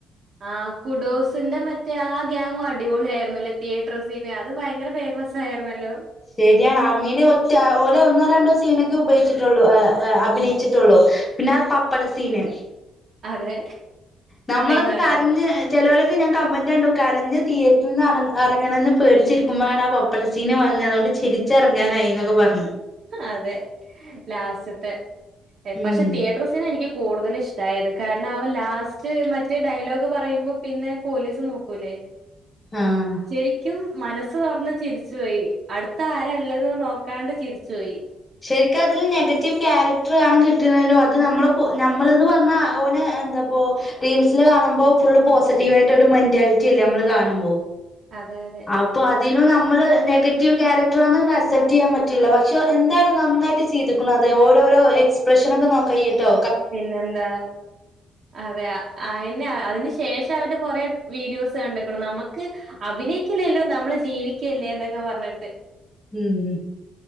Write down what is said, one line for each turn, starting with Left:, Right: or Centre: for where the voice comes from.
Right: ആഹ് കുഡോസിന്റെ മറ്റേ ആ ഗ്യാങ്ങും അടിപൊളിയായിരുന്നു ല്ലേ തിയേറ്റർ സീന് അത് ഭയങ്കര ഫെയ്മസ് സായിരുന്നല്ലോ.
Left: ശെര്യാണ് അമീന് ഒറ്റ ഓലൊന്നോ രണ്ടോ സീനൊക്കെ ഉപയോഗിച്ചിട്ടൊള്ളൂ. ആ അ അഭിനയിച്ചിട്ടൊള്ളു. പിന്നെ അത് പപ്പടസീന്.
Right: അതെ
Left: നമ്മളൊക്കെ
Right: പെങ്ങളുടെ
Left: കര്ഞ്ഞ് ചെലോലൊക്കെ ഞാൻ കമൻ്റണ്ടു കരഞ്ഞ് തിയേറ്റ്ർന്ന് അറ അറങ്ങണെന്ന് പേടിച്ചിരിക്കുമ്പഴാണ് ആ പപ് ടസീന് വന്ന് അതോണ്ട് ചിരിച്ചെറങ്ങാനായി ന്നൊക്കെ പർ
Right: അതെ ലാസ്റ്റ്ത്തെ
Left: ഉം
Right: പക്ഷെ തിയേറ്റർ സ് തെനെനിക്ക് കൂടുതല്ഷ്ട്ടായത് കാരണം അവൻ ലാസ്റ്റ് മറ്റേ ഡയലോഗ് പറയുമ്പോ പിന്നെ പോലീസ് നോക്കൂലേ
Left: ആഹ്
Right: ശെരിക്കും മനസ് തൊറന്ന് ചിരിച്ചോയി അട്ത്താരാള്ളത് നോ കാണ്ട് ചിരിച്ചോയി.
Left: ശെരിക്കും അതിൽ നെഗറ്റീവ് ക്യാരക്ടറാണ് കിട്ടീണേല്വാത് നമ്മളപ്പൊ നമ്മള്ന്ന് പർഞ്ഞാ ഓനേ എ ന്താപ്പോ റീൽസില് കാണുമ്പോ ഫുള്ള് പോസിറ്റീവായിട്ടൊരു മെന്റാലിറ്റ്യല്ലേ അമ്മള് കാണുമ്പോ
Right: അതെ യതെ
Left: അപ്പൊ അതിലും നമ്മള് നെഗറ്റീവ് ക്യാരക് ക്ടറോന്നോണ്ടസെപ്റ്റെയ്യാ പറ്റില്ല പക്ഷെ എന്തായാലും നന്നായിട്ട് ചെയ്ത്ക്കുണത് ഓരോരോ എക്സ് പ്രശനൊക്കെ നോക്കയ്യ്ട്ടോ
Right: പിന്നെന്താ? അതെ അയ്ന്ന അതിന് ശേഷം അവര് കൊറെ വീഡിയോസ് കണ്ട്ക്ക്ണ് നമക്ക് അഭിനയിക്ക്യല്ലല്ലോ നമ്മള് ജീവിക്ക്യല്ലേ ന്നൊക്കെ പർഞ്ഞ്
Left: ഉം ഉം